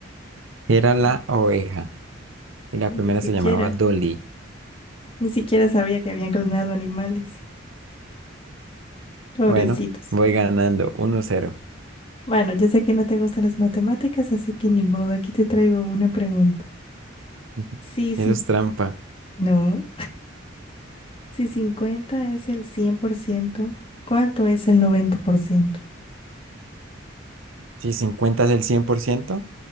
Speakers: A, on the right; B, on the left.
A: Era
B: <laughs>
A: la oveja. Y la
B: Ni
A: primera
B: siquiera,
A: se llamaba Dolly.
B: ni siquiera sabía que habían clonado animales. Pobrecitos.
A: Bueno, voy ganando Uno cero.
B: Bueno, yo sé que no te gustan las matemáticas, así que ni modo, aquí te traigo una pregunta.
A: <laughs>
B: Sí, sí,
A: Eso es trampa.
B: no. Si 50 es el cien por ciento ¿cuánto es el 90%?
A: Si 50 es el 100%,